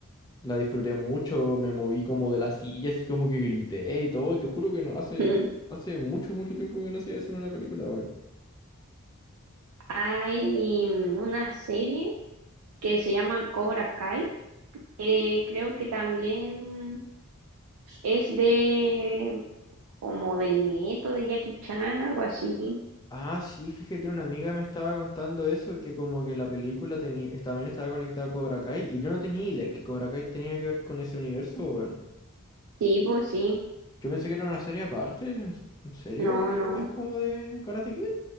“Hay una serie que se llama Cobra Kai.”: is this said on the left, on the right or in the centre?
Right